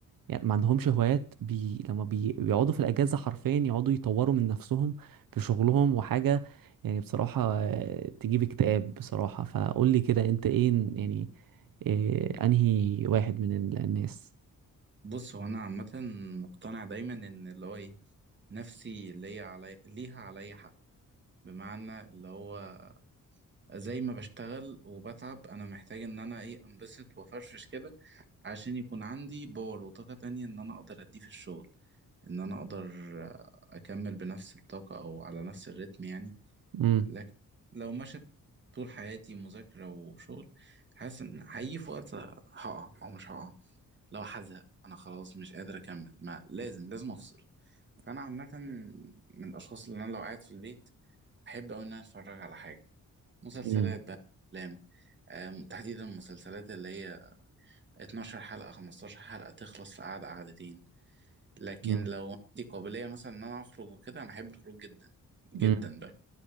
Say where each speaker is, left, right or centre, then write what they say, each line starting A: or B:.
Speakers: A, on the right; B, on the right.
A: يعني ما عندهمش هوايات بي لما بي بيقعدوا في الأجازة حرفيا يقعدوا يطوروا من نفسهم في شغلهم وحاجة يعني بصراحة آه، تجيب اكتئاب بصراحة فقول لي كده أنت إيه يعني آه، أنهي واحد من ال- الناس
B: بص هو انا عامه مقتنع دايما ان اللي هو ايه نفسي ليا علي ليها عليا حق بمعنى اللي هو زي ما بشتغل وبتعب انا محتاج ان انا ايه انبسط وافرفش كده عشان يكون عندي باور وطاقه تانية ان انا اقدر اديه في الشغل ان انا اقدر آه، اكمل بنفس الطاقه او على نفس الريتم يعني
A: مم.
B: لكن لو مشت طول حياتي مذاكره وشغل حاسس ان هيجي في وقت هقع او مش هقع لو هزهق انا خلاص مش قادر اكمل ما لازم لازم افصل فانا عامه من الاشخاص اللي انا لو قاعد في البيت احب أوي ان انا اتفرج على حاجه مسلسلات
A: مم.
B: بقى افلام آم، تحديدا المسلسلات اللي هي 12 حلقه 15 حلقه تخلص في قعده قعدتين لكن
A: مم.
B: لو عندي قابليه مثلا ان انا اخرج وكده انا احب الخروج جدا جدا
A: مم.
B: بقى